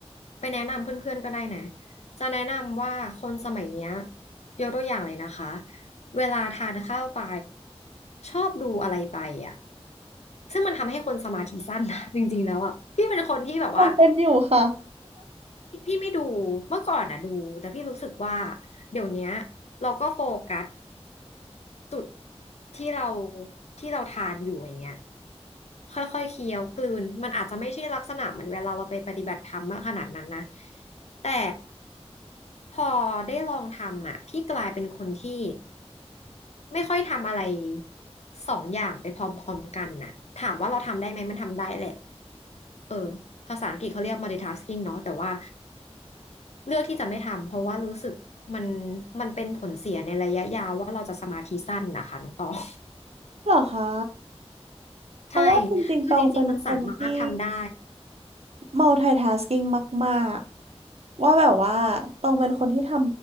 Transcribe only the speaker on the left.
ไปแนะนำเพื่อนๆก็ได้นะจะแนะนำว่าคนสมัยเนี้ยยกตัวอย่างเลยนะคะเวลาทานข้าวไปชอบดูอะไรไปอ่ะซึ่งมันทำให้คนสมาธิสั้นนะ <laughs> จริงๆแล้วอ่ะพี่เป็นคนที่แบบว่า
พี่ไม่ดูเมื่อก่อนอ่ะดูแต่พี่รู้สึกว่าเดี๋ยวเนี้ยเราก็โฟกัส จุดที่เราที่เราทานอยู่อย่างเงี้ยค่อยๆเคี้ยวกลืนมันอาจจะไม่ใช่ลักษณะเหมือนเวลาเราไปปฏิบัติธรรมมากขนาดนั้นนะแต่พอได้ลองทำอ่ะพี่กลายเป็นคนที่ไม่ค่อยทำอะไรสองอย่างไปพร้อมๆกันน่ะถามว่าเราทำได้ไหมมันทำได้แหละเออภาษาอังกฤษเขาเรียก multitasking เนาะแต่ว่าเลือกที่จะไม่ทำเพราะว่ารู้สึกมันมันเป็นผลเสียในระยะยาวว่าเราจะสมาธิสั้นนะคะน้องตอง
ใช่คือจริงๆมันสามารถทำได้